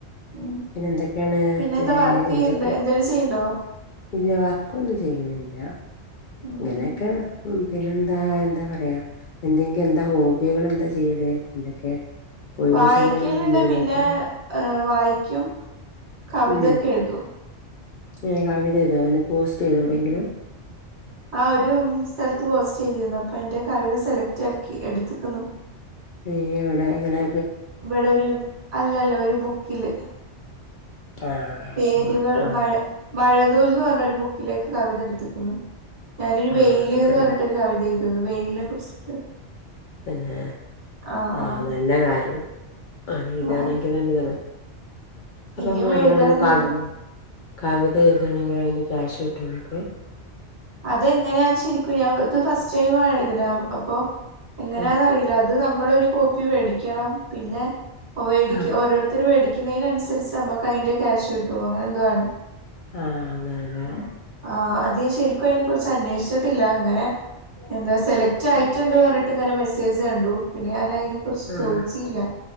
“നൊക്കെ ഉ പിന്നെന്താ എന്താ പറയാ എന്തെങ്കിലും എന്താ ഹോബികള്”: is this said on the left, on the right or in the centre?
Left